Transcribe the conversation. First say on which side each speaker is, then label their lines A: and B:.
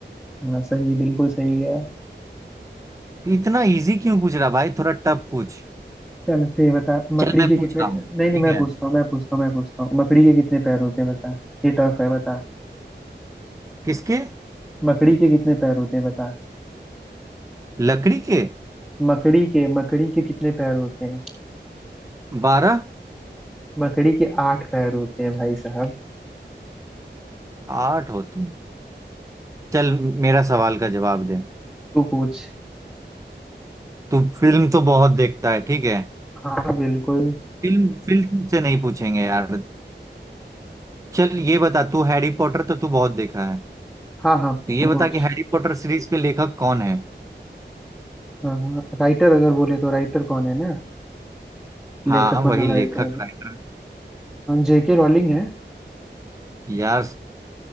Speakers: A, in the centre; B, on the right.
A: हाँ सही बिल्कुल सही गया
B: इतना इजी क्यों पूछ रहा भाई थोड़ा टफ पूछ
A: चल अच्छा ये बता मकड़ी
B: चल मैं
A: के
B: पूछ
A: कितने
B: रहा हूँ
A: नहीं नहीं
B: ठीक
A: मैं पूछता
B: है
A: हूँ मैं पूछता हूँ मैं पूछता हूँ मकड़ी के कितने पैर होते हैं बता ये टफ है बता
B: किसके
A: मकड़ी के कितने पैर होते हैं बता
B: लकड़ी के
A: मकड़ी के मकड़ी के कितने पैर होते हैं
B: बारह
A: मकड़ी के आठ पैर होते हैं भाई साहब
B: आठ होते हैं। चल मेरा सवाल का जवाब दे
A: तू पूछ
B: तू फिल्म तो बहुत देखता है ठीक है
A: हाँ बिल्कुल
B: फिल्म फिल्म से नहीं पूछेंगे यार चल ये बता तू हैरी पॉटर तो तू बहुत देखा है
A: हाँ हाँ
B: तो ये
A: पूछ
B: बता कि हैरी पॉटर सीरीज के लेखक कौन है
A: हाँ राइटर अगर बोले तो राइटर कौन है ना लेखक
B: हाँ
A: मतलब
B: वही
A: हाँ राइटर
B: लेखक राइटर
A: जेके रॉलिंग है
B: यार